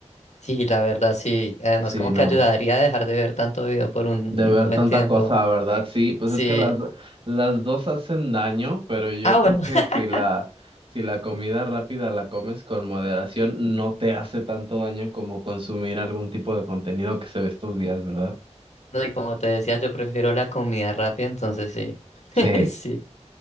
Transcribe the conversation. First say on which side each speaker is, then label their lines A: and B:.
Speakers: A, on the left (about 75°); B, on the right (about 50°).
A: Sí, la verdad, sí. Además,
B: Si
A: como
B: no,
A: que ayudaría a dejar de ver tanto video por un
B: de
A: un
B: ver
A: buen
B: tanta
A: tiempo.
B: cosa, ¿verdad? Sí, pues
A: Sí,
B: es que las, las dos hacen daño, pero yo
A: Ah,
B: creo
A: bueno.
B: que
A: <laughs>
B: si la, si la comida rápida la comes con moderación, no te hace tanto daño como consumir algún tipo de contenido que se ve estos días, ¿verdad?
A: No, Y como te decía, yo prefiero la comida rápida, entonces sí. <laughs>
B: Sí,
A: Sí.